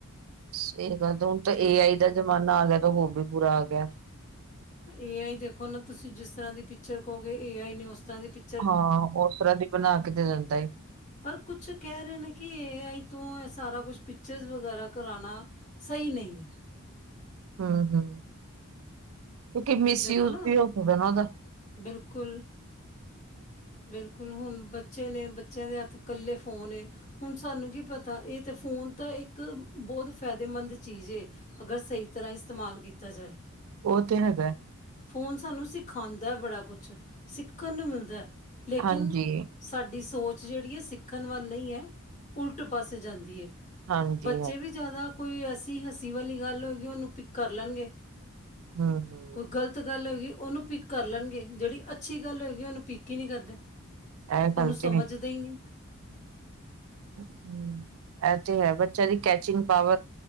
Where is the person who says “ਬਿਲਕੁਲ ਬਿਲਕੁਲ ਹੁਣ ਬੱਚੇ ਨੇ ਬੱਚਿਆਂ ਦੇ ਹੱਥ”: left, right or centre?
Left